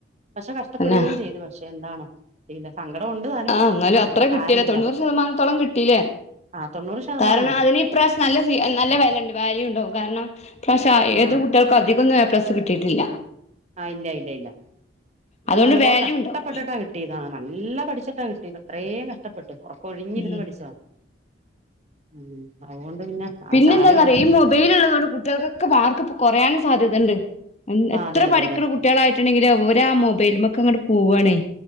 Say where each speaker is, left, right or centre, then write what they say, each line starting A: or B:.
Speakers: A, on the right; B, on the left.
A: പക്ഷെ കഷ്ടപ്പെടുകയും
B: തന്നെ
A: ചെയ്തു പക്ഷെ എന്താണ സങ്കടം ഉണ്ട് താനും
B: ആഹ് എന്നാലും
A: അതങ്ങ്
B: അത്ര
A: സാരമില്ല.
B: <unintelligible> ശതമാനത്തോളം കിട്ടീല്ലേ?
A: ആ തൊണ്ണൂറ് ശതമാനം
B: കാരണം
A: ഉണ്ട്
B: അതിന് ഇപ്രാവശ്യം നല്ല സ നല്ല വേല്യയുണ്ട് വേല്യ ഉണ്ടാവും കാരണം പക്ഷേ
A: ആ
B: ഏത് കുട്ടിൾക്കും അധികൊന്നും എപ്ലസ്സ് കിട്ടിയിട്ടില്ല
A: ആഹ് ഇല്ല ഇല്ല ഇല്ല ഇതും
B: അതുകൊണ്ട്
A: നല്ലപോലെ
B: വാല്യൂ
A: കഷ്ടപ്പെട്ടിട്ടാ
B: ഉണ്ടാവും
A: കിട്ട കിട്ടിയതാണ് നല്ല പഠിച്ചിട്ടാ കിട്ടിയത് അത്രയും കഷ്ടപ്പെട്ട് ഉറക്കം ഒഴിഞ്ഞിരുന്ന്
B: ഉം
A: പഠിച്ചതാ ഉം <unintelligible> പിന്നെ ആ
B: പിന്നെ
A: സാരമില്ല
B: എന്താന്നറിയൊ ഈ മൊബൈല് ഉള്ളത് കൊണ്ട് കുട്ടികൾക്കൊക്കെ മാർക്ക് കൊറയാനും സാധ്യതുണ്ട്
A: ആ
B: എത്ര
A: അതെ അതെ
B: പഠിക്കണ
A: അതെ
B: കുട്ടികളായിട്ടുണ്ടെങ്കില് ഓര്ആ മൊബൈലുമൊക്കെ അങ്ങോ പോവണേ